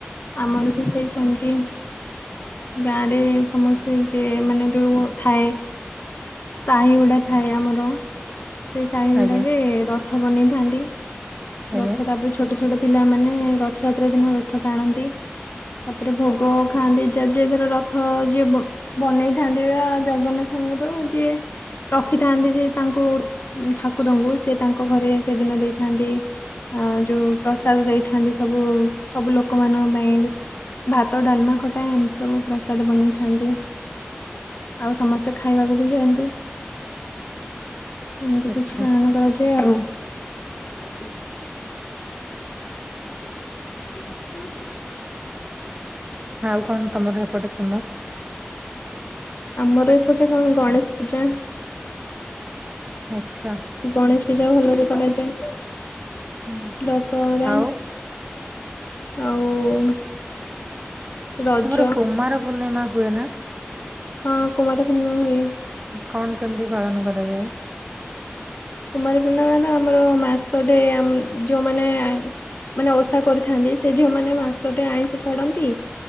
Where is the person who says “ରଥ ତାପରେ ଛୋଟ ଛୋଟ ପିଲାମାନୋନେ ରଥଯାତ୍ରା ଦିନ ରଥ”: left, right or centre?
Left